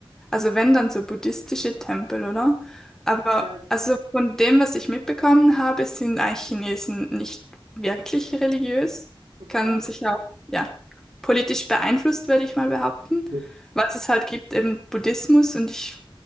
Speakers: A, in the centre; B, on the right.
A: also wenn dann so buddhistische Tempel, oder? Aber
B: Ja,
A: also von dem, was ich mitbekommen habe, sind eigentlich Chinesen nicht wirklich religiös.
B: okay.
A: Kann
B: Ah,
A: sich auch, ja, politisch beeinflusst, würde ich mal behaupten.
B: ja,
A: Was es halt gibt, eben Buddhismus und ich